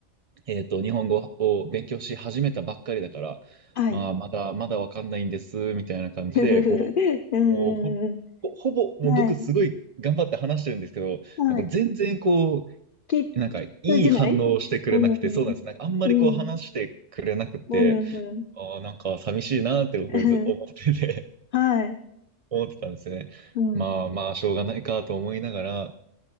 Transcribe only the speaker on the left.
はい、
ふふふふうーん。
はい。はい。
き、き
通じないうん。
うん。うん。うん。
<laughs> はい。
うん。